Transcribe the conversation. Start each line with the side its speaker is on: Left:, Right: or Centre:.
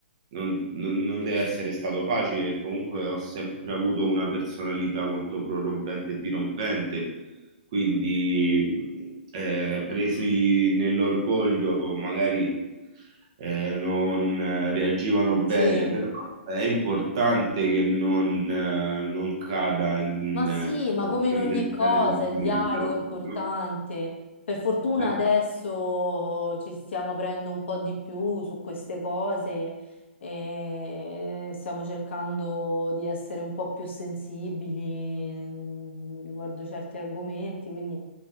Right: non, non- non deve essere stato facile, perché comunque ho sempre avuto una personalità molto prorompente e dirompente, quindi eh, presi nell'orgoglio magari eh, non eh, reagivano bene,
Left: Sì.
Right: però è importante che non, eh, non cada in
Left: Ma sì,
Right: eh,
Left: ma
Right: situazioni
Left: come in ogni
Right: del
Left: cosa
Right: genere un
Left: il dialogo
Right: educatore,
Left: è importante.
Right: no?
Left: Per fortuna
Right: Eh,
Left: adesso ci stiamo aprendo un po' di più su queste cose e stiamo cercando di essere un po' più sensibili mm, riguardo certi argomenti, quindi